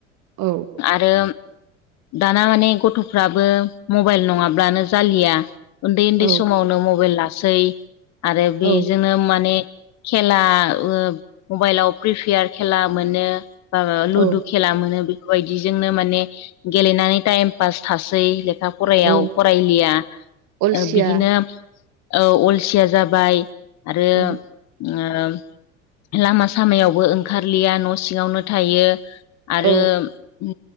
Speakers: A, on the right; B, on the left.
A: औ
B: आरो दाना माने गथ'फ्राबो मबाइल नङाब्लानो जालिया उन्दै उन्दै
A: औ
B: समावनो मबाइल लासै आरो बेजोंनो
A: औ
B: माने खेला ओ मबाइलाव प्रिफेयार खेला मोनो बा लुदु
A: औ
B: खेला मोनो बेफोरबायदिजोंनो माने गेलेनानै टाइम पास थासै लेखा फरायाव
A: औ
B: फरायलिया
A: अलसिया
B: बिदिनो अलसिया जाबाय आरो
A: औ
B: ओ लामा सामायावबो ओंखारलिया न' सिङावनो थायो आरो
A: औ